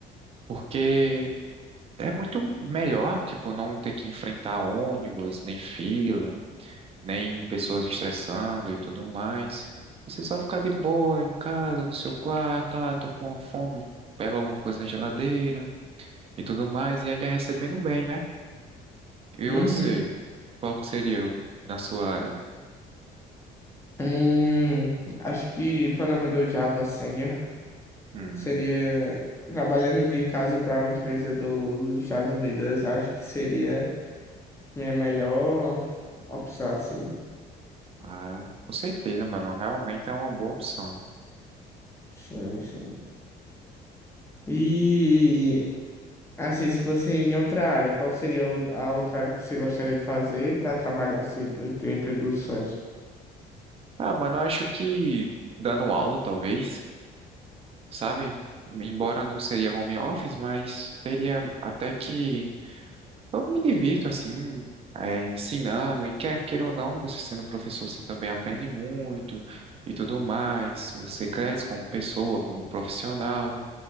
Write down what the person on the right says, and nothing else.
porque é muito melhor, tipo, não ter que enfrentar ônibus, nem fila, nem pessoas estressando e tudo mais. Você só ficar de boa em casa, no seu quarto, ah, tô com uma fome, pega alguma coisa na geladeira e tudo mais, e ainda recebendo bem, né? E
você, qual que seria na sua área?
Hum,
ah, com certeza, mano, realmente é uma boa opção.
Ah, mano, eu acho que dando aula, talvez, sabe? Embora não seria home office, mas seria até que eu me divirto, assim, é, ensinando, e quer queira ou não, você sendo professor, você também aprende muito e tudo mais, você cresce como pessoa, como profissional.